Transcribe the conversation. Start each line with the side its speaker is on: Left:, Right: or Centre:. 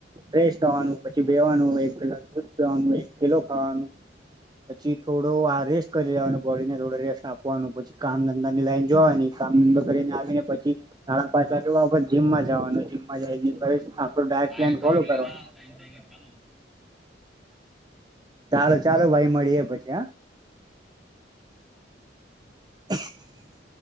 Right: ફેશ થવાનું પછી બેવાનું એક પેલા દૂધ પીવાનું એક ખીલો ખાવાનું પછી થોડો આ રેસ્ટ કરી લેવાનું બોડીને થોડો રેસ્ટ આપવાનું પછી કામ ધંધાની લાઈન જોવાની કામ ધંધો કરીને આવીને પછી સાડા પાંચ વાગે બા જીમમાં જવાનુંમ મજા એ બ હા ડાયેટ
Centre: ટાઈમ
Right: પ્લાન
Centre: થઈ
Right: ફોલો
Centre: ગયો
Right: કરવા
Centre: ટાઈમ થઈ ગયો ચાલો
Right: ચાલો ચાલો ભાઈ મળ તે પછી આ <inaudible> <inaudible>